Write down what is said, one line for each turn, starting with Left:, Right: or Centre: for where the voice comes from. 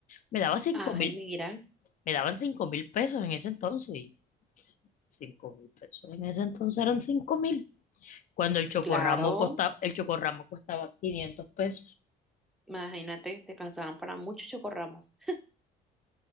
Left: Me daba cinco
Centre: Ay,
Left: mil,
Centre: mira,
Left: me daban cinco mil pesos en ese entonces Cinco mil pesos. En ese entonces eran cinco mil. Cuando el chocorramo
Centre: claro,
Left: costaba, el chocorramo costaba 500 pesos.
Centre: imagínate, te cansaban para muchos chocorramos.